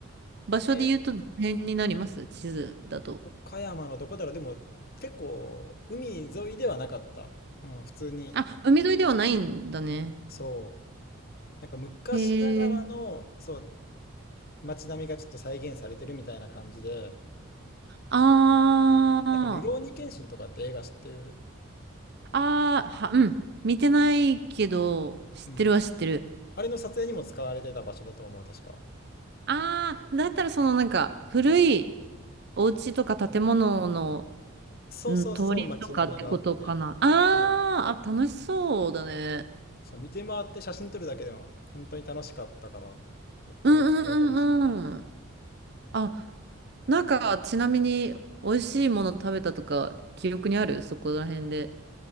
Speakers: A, on the right; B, on the left.
A: 場所で言うとどの辺になります地図だと。
B: えー、岡山のどこだろうでも結構海沿いではなかった。うん、普通に。
A: あ、海沿いではないんだね。
B: そう。なんか昔ながらの、
A: へえ。
B: そう、街並みがちょっと再現されてるみたいな感じで、
A: ああ。
B: なんか、ルローニケンシンとかって映画知ってる
A: ああ、は、うん。見てないけど、知ってるは知ってる。
B: うん。あれの撮影にも使われてた場所だと思う、確か。
A: ああ、だったらそのなんか、古いお家とか建物の、
B: そうそうそう、
A: うん、通りとかってことかな。
B: 街並みがあって。
A: あーあ、
B: うん。
A: 楽しそうだね。
B: そう、見て回って写真撮るだけでも、本当に楽しかったから、めっちゃおすすめかもしんない。
A: うんうんうんうん。あ、なんか、ちなみに、美味しいもの食べたとか、記憶にあるそこら辺で。